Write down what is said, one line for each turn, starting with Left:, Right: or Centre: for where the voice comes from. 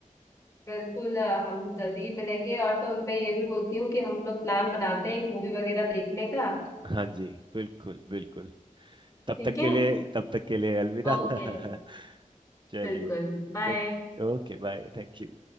Left: बिल्कुल अ, हम जल्दी ही मिलेंगे और तो मैं ये भी बोलती हूँ कि हम लोग प्लान बनाते हैं मूवी वगैरह देखने का
Right: हाँ जी बिल्कुल बिल्कुल तब
Left: ठीक
Right: तक
Left: है
Right: के लिए तब तक के लिए अलविदा
Left: ओके
Right: <laughs> चलिए
Left: बिल्कुल बाय
Right: Thank Okay bye thank you